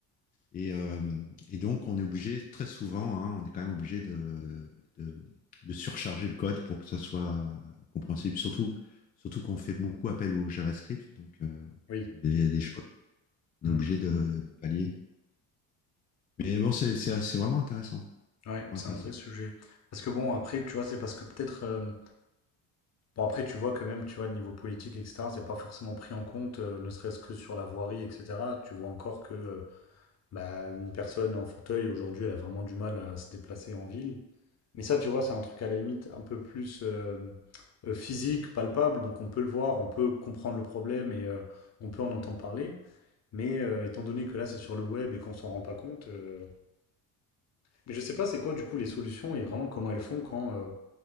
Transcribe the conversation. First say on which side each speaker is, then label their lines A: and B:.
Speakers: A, on the left; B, on the left.
A: Et, euh, et donc on est obligé très souvent, hein, on est quand même obligé de, de, de, surcharger le code pour que ça soit compréhensible. Surtout, surtout qu'on fait beaucoup appel au JavaScript, donc euh,
B: Oui.
A: il y a des choses qu'on
B: Mm.
A: est obligé de, de pallier. Mais bon, c'est c'est, c'est vraiment intéressant,
B: Ouais,
A: vraiment
B: c'est
A: intéressant.
B: un vrai sujet. Parce que bon, après, tu vois, c'est parce que peut-être... euh, Bon, après, tu vois que même, tu vois, le niveau politique, et cetera, c'est pas forcément pris en compte, heu, ne serait-ce que sur la voirie, et cetera. Tu vois encore que, heu, bah, une personne en fauteuil, aujourd'hui, elle a vraiment du mal à se déplacer en ville. Mais ça, tu vois, c'est un truc à la limite un peu plus, hem, heu, physique, palpable, donc on peut le voir, on peut comprendre le problème et heu, on peut en entendre parler. Mais heu, étant donné que là, c'est sur le web et qu'on s'en rend pas compte, heu mais je sais pas c'est quoi, du coup, les solutions et vraiment comment elles font quand, euh,